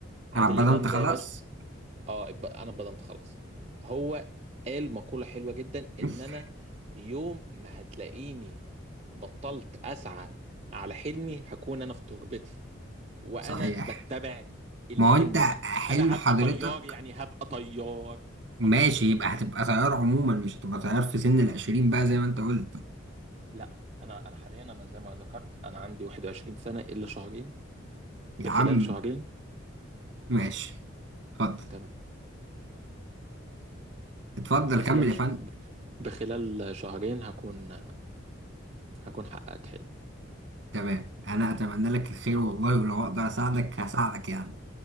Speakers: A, on the right; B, on the right.
A: عادل
B: انا بدأت
A: امام
B: خلاص
A: ده يا باشا اه اتب- انا اتبضمت خلاص هو قال مقولة حلوة جدا
B: <laughs>
A: ان انا يوم ما هتلاقيني بطلت اسعى على حلمي هكون انا في تربتي وانا
B: صحيح
A: بتبع الحلم
B: ما هو انت
A: ده
B: حلم
A: انا
B: حضرتك
A: هبقى طيار يعني هبقى طيار فقط
B: ماشي يبقى هتبقى تيار عموما مش هتبقى تيار في سن العشرين بقى زي ما انت قلت
A: لا انا انا حاليا انا زي ما ذكرت انا عندي 21 سنة الا شهرين
B: يا
A: بخلال
B: عم
A: شهرين
B: ماشي اتفضل
A: تمام
B: اتفضل
A: بخلال
B: كمل يا
A: ش...
B: فندم
A: بخلال شهرين هكون هكون حققت حلم
B: تمام انا اتمنى لك الخير والله ولو اقدر اساعدك هساعدك يعني